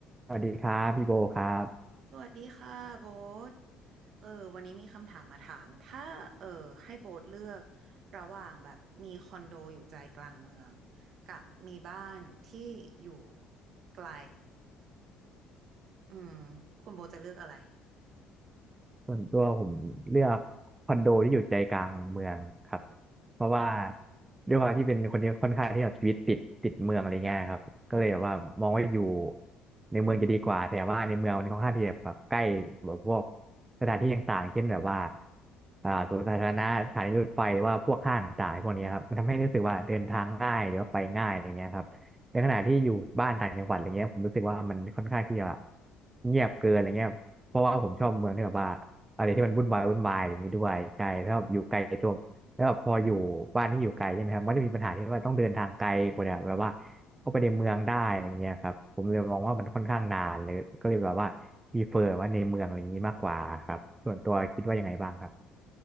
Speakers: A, on the right (about 20°); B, on the right (about 65°).
A: สวัสดีครับพี่โบครับ
B: สวัสดีค่ะโบ๊ทเออวันนี้มีคำถามมาถาม ถ้าเออให้โบ๊ทเลือกระหว่างแบบมีคอนโดอยู่ใจกลางเมืองกับมีบ้านที่อยู่ไกลอืมคุณโบ๊ทจะเลือกอะไร
A: ส่วนตัวผมเลือกคอนโดที่อยู่ใจกลางเมืองครับเพราะว่าด้วยความที่เป็นคนที่ค่อนข้างที่แบบชีวิตติดติดเมืองอะไรเงี้ยครับก็เลยแบบว่ามองว่าอยู่ในเมืองจะดีกว่าแต่ว่าในเมืองมันค่อนข้างที่จะแบบใกล้แบบพวกสถานที่ต่างๆเช่นแบบว่าอ่าสวนสาธารณะสถานีรถไฟหรือว่าพวกห้างต่างๆพวกนี้ครับมันทำให้รู้สึกว่าเดินทางง่ายหรือว่าไปง่ายอะไรเงี้ยครับในขณะที่อยู่บ้านต่างจังหวัดอะไรเงี้ยผมรู้สึกว่ามันค่อนข้างที่จะแบบเงียบเกินอะไรเงี้ยเพราะว่าผมชอบเมืองที่แบบว่า อะไรที่มันวุ่นวายวุ่นวายอะไรอย่างนี้ด้วยใช่ถ้าแบบอยู่ไกลตัวแล้วแบบพออยู่บ้านที่อยู่ไกลใช่ไหมครับมันจะมีปัญหาที่ว่าต้องเดินทางไกลกว่าเนี่ยแบบว่าเข้าไปในเมืองได้อะไรเงี้ยครับผมเลยมองว่ามันค่อนข้างนานเลยก็เลยแบบว่าพรีเฟอร์ว่าในเมืองอะไรอย่างนี้มากกว่าครับส่วนตัวคิดว่ายังไงบ้างครับ